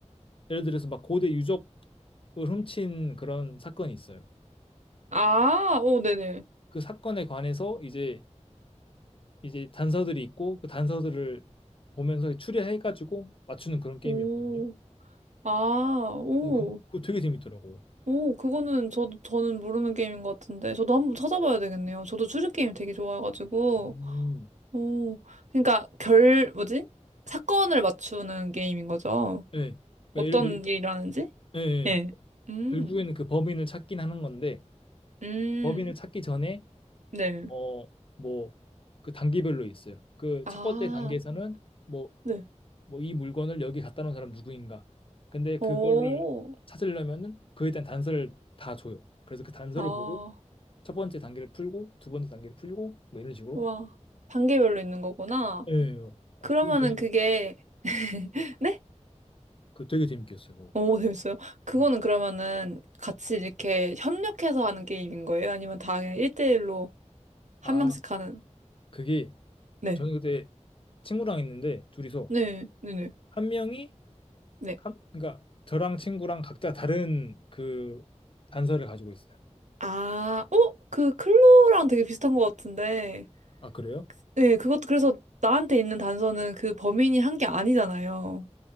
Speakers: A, on the left; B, on the right.
A: 예를 들어서 막 고대 유적을 훔친 그런 사건이 있어요.
B: 아, 오, 네네,
A: 그 사건에 관해서 이제 이제 단서들이 있고 그 단서들을 보면서 추리해가지고 맞추는 그런 게임이었거든요.
B: 오, 아, 오.
A: 근데 그거, 그거 되게 재밌더라고요.
B: 오, 그거는 저도, 저는 모르는 게임인 것 같은데. 저도 한번 찾아봐야 되겠네요. 저도 추리게임 되게 좋아해가지고.
A: 음.
B: 오, 그러니까 결, 뭐지? 사건을 맞추는 게임인 거죠.
A: 예. 그러니까
B: 어떤
A: 예를 들어
B: 일이 일어나는지?
A: 예. 예.
B: 예. 음,
A: 결국에는 그 범인을 찾긴 하는 건데
B: 음,
A: 범인을 찾기 전에
B: 네.
A: 어 뭐 그 단계별로 있어요. 그
B: 아,
A: 첫 번째 단계에서는 뭐
B: 네.
A: 뭐 이 물건을 여기 갖다 놓은 사람 누구인가. 근데
B: 오,
A: 그거를 찾으려면은 그에 대한 단서를 다 줘요. 그래서 그 단서를
B: 아,
A: 보고 첫 번째 단계를 풀고 두 번째 단계를 풀고 뭐 이런 식으로.
B: 와. 단계별로 있는 거구나.
A: 예. 어,
B: 그러면은
A: 그건 되게
B: 그게, <laughs> 네?
A: 그 되게 재밌겠어요. 그거.
B: 오, 재밌어요. 그거는
A: 음.
B: 그러면은 같이 이렇게 협력해서 하는 게임인 거예요? 아니면 다 그냥 1대1로 한
A: 아,
B: 명씩 하는?
A: 그게
B: 네.
A: 저는 그때 친구랑 있는데 둘이서
B: 네, 네, 네.
A: 한 명이
B: 네.
A: 한 그러니까 저랑 친구랑 각자 다른 그 단서를 가지고 있어요.
B: 아, 어? 그 클로랑 되게 비슷한 것 같은데.
A: 아, 그래요?
B: 네, 그것도 그래서 나한테 있는 단서는 그 범인이 한 게 아니잖아요.